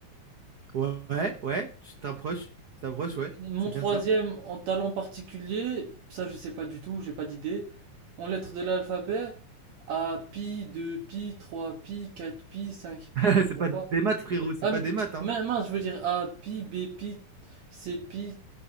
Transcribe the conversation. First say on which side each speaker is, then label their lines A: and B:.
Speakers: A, on the right; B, on the right.
A: Ouais, ouais, tu t'approches, tu t'approches, ouais.
B: Mon
A: C'est
B: troisième,
A: bien ça.
B: en talent particulier, ça je sais pas du tout, j'ai pas d'idée. En lettres de l'alphabet, A, pi, 2 pi, 3 pi, 4 pi, 5 pi,
A: <laughs>
B: je
A: c'est
B: vois
A: pas
B: pas.
A: des maths, frérot, c'est
B: Hum,
A: pas des maths, hein.
B: min- mince, je veux dire A, pi, B, pi, C, pi,